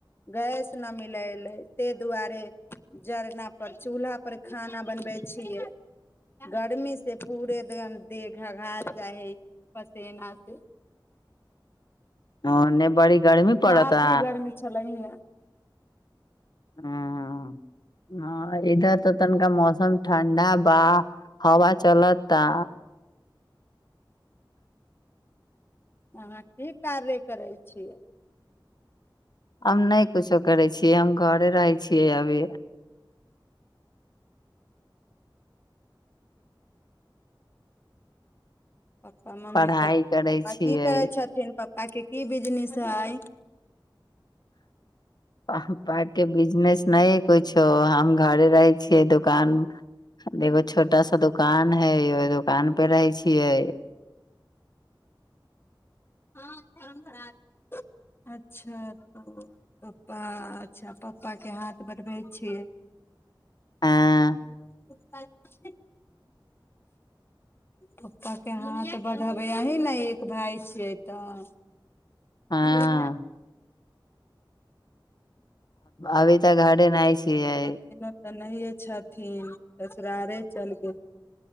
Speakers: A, on the left; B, on the left.
A: गैस न मिल एले ताहि दुआरे जरना पर चूल्हा पर खाना बनबै छियै गर्मी से पूरे दम देह घघाइ जाइ हे पसेना से
B: ओने बड़ी गर्मी पड़ता
A: काफी गर्मी छलै हिया
B: हँ हँ इधर तऽ तनिका मौसम ठण्डा बा हवा चलअ ता
A: अहाँ की कार्य करै छियै
B: हम नइ कुछो करै छियै हम घरे रहै छियै अभी
A: पपा मम्मी
B: पढ़ाई
A: सब
B: करै
A: पपा
B: छियै
A: की करै छथिन तब ताकि की बिजनेस हृय
B: पापा के बिजनेस नहि कुछो हम घरे रहै छियै दुकान एगो छोटा सा दुकान है ओहि दुकान पे रहै छियै
A: <unintelligible> अच्छा पपा अच्छा पपा के हाथ बढ़बै छियै
B: हँ
A: <unintelligible> पपा के हाथ बढ़बै अही न एक भाय छियै तऽ
B: हँ
A: <unintelligible> <unintelligible>
B: अभी तऽ घरे नहि छै के
A: बहिनो तऽ नहिए छथिन ससुरारे चलि गेल